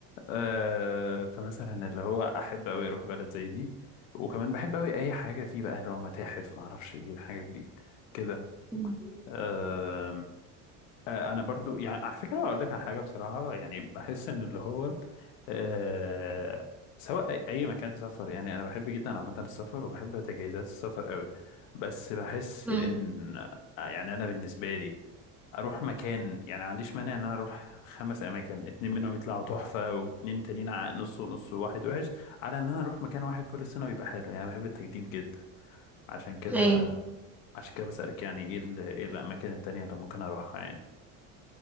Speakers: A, on the left (about 85°); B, in the centre.
A: آه فمثلا اللي هو احب قوي اروح بلد زي دي وكمان بحب قوي اي حاجه فيه بقى اللي هو متاحف ما اعرفش ايه الحاجات دي كده
B: مم.
A: آه، آه، انا برضو يعني على فكره اقول لك على حاجه بصراحه يعني بحس ان اللي هو آه سواء اي أي مكان سفر يعني انا بحب جدا عامه السفر وبحب تجهيزات السفر قوي بس بحس
B: مم.
A: ان آه، يعني انا بالنسبه لي اروح مكان يعني ما عنديش مانع ان انا اروح خمس اماكن اتنين منهم يطلعوا تحفه واتنين تانيين ع- نص ونص وواحد وحش على ان انا اروح مكان واحد كل سنه ويبقى حلو يعني أنا بحب التجديد جدا عشان كده
B: ايوه
A: عشان كده بسالك يعني ايه ال- ايه الاماكن التانيه اللي ممكن اروحها يعني